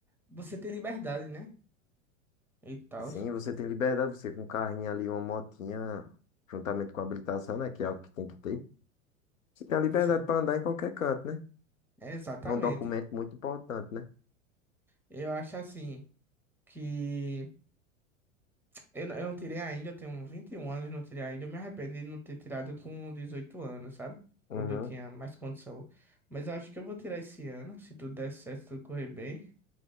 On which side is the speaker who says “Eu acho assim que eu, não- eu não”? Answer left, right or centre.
Centre